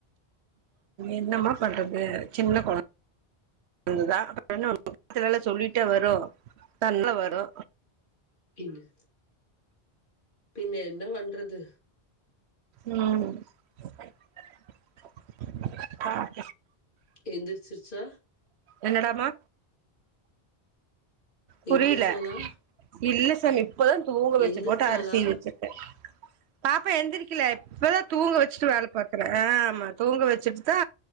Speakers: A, on the right; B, on the left.
A: என்னமா பண்றது சின்ன கொழந்த <unintelligible> அப்புறோ என்ன பண்ண முடியு <unintelligible> சொல்லிட்டா வரு ன்னா வரோ
B: பின்ன பின்ன என்ன பண்றது
A: உம் <unintelligible>
B: எந்திரிச்சிருச்சா
A: என்னடாம புரியல
B: எந்திரிச்சாளா
A: இல்ல சலிப் இப்பதா தூங்க வச்சு
B: எந்திரிச்சாளா
A: போட்டு அரிசி வச்சிருக்கே பாப்பா எந்திரிக் எந்திரிக்கில இப்பதா தூங்க வெச்சுட்டு வேல பாக்கறே ஆ ஆமா தூங்க வெச்சுட்டு தா